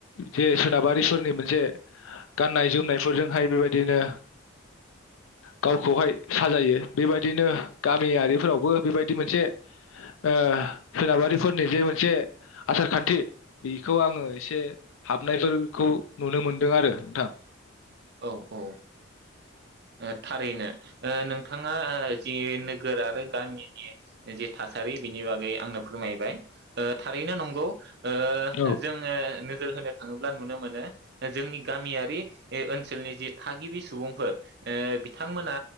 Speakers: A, on the left; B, on the right.
A: जे सोनाबारिफोरनि मोनसे गाननाय जोमनायफोरजोंहाय बेबायदिनो गावखौहाय साजायो बेबायदिनो गामियारिफोरावबो बेबायदि मोनसे ओ सोनाबारिफोरनि जे मोनस से आसार खान्थि बिखौ आङो एसे हाबनायफोरखौ नुनो मोनदों आरो नोंथां
B: औ ओ थारैनो ओ नोंथांङा ओ जि नोगोर आरो गामिनि जि थासारि बेनि बागै आंनो फोरमायबाय ओ थारैनो नंगौ ओ
A: औ
B: जोङो नो जोर होनो थाङोब्ला नुनो मोनो जोंनि गामियारि ओ ओनसोलनि जि थागिबि सुबुंफोर ओ बिथांमोना